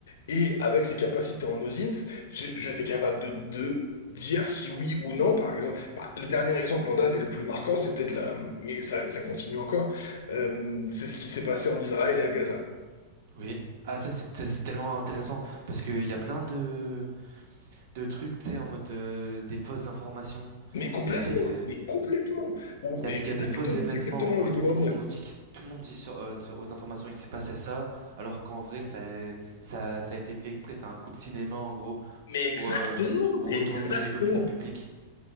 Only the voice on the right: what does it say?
Oui. Ah, ça, c'est c'est tellement intéressant parce qu'il y a plein de... de trucs, tu sais, en mode euh, des fausses informations.
Il y a des, euh,
il y a,
il y a des faux événements
en
mode
on,
on- on nous dit que tout le monde dit sur, euh, sur- aux informations il s'est passé ça, alors qu'en vrai ça, est- ça, ça a été fait exprès. C'est un coup de cinéma en gros pour
pour,
euh, pour
retourner l'opinion publique.